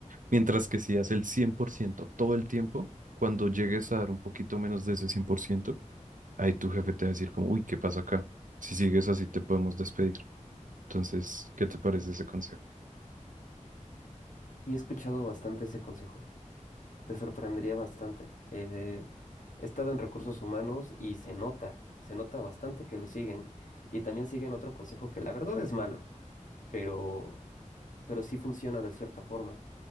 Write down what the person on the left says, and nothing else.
Y he escuchado bastante ese consejo. Te sorprendería bastante. Eh, he estado en recursos humanos y se nota, se nota bastante que lo siguen. Y también siguen otro consejo que la verdad es malo, pero, pero sí funciona de cierta forma,